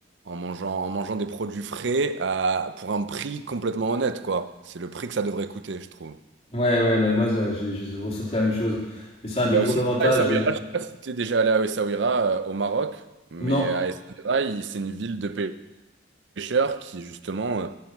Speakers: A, on the right; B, on the left.
A: mangeant, en mangeant des produits frais à- pour un prix complètement honnête, quoi. C'est le prix que ça devrait coûter, je trouve.
B: ouais, ouais, bah moi ça, j'ai j'ai ressenti la même chose. Mais c'est un
A: Il
B: des
A: y a
B: gros
A: aussi
B: avantages
A: ça à Essaouira,
B: de...
A: je sais pas si tu es déjà allé à Essaouira euh, au Maroc, mais
B: Non.
A: à Essaouira, il- c'est une ville de pê- pêcheurs qui justement euh,